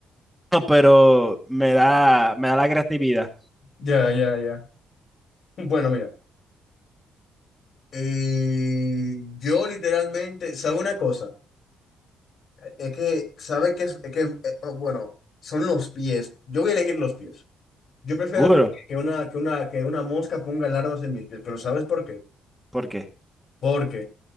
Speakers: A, in the centre; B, on the left.
A: No, pero me da, me da la creatividad.
B: Ya, ya, ya. Bueno, mira. Eh, yo literalmente, ¿sabe una cosa? Es que, ¿sabe que es? Es que, eh, oh, bueno, son los pies. Yo voy a elegir los pies. Yo prefiero
A: Seguro.
B: que, que una, que una, que una mosca ponga lardos en mis pies, pero ¿sabes por qué?
A: ¿Por qué?
B: Porque